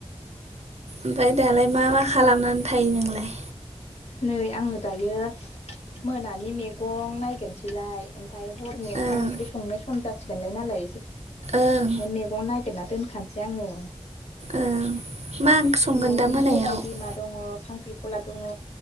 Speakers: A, on the right; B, on the left.
A: ओमफ्राय दालाय मा मा खालामनानै थायो नोंलाय
B: नै आङो दायो मोनानि मैगं नायगिरनोसैलाय ओमफ्राय हरनि ओंखाम
A: ओं
B: ओंख्रि संनो सम जासिगोनलाय नालाय एसे
A: ओं
B: ओमफ्राय मैगं ना गिरना दोनखानोसै आङो
A: ओं मा ओंख्रि संगोन
B: ननि
A: दा मोनायाव
B: सबाय बिमा दङ खांख्रिखला दङ